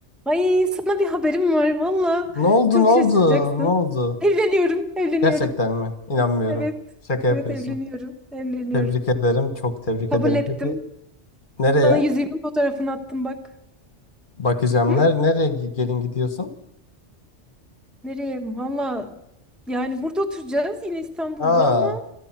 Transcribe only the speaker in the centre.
Ay sana bir haberim var valla.
Çok
şaşıracaksın.
Evleniyorum, evleniyorum.
Evet,
evet
evleniyorum, evleniyorum.
Kabul
ettim.
Sana yüzüğümün fotoğrafını attım bak.
Hı?
Nereye? Valla yani burada oturacağız yine İstanbul'da
ama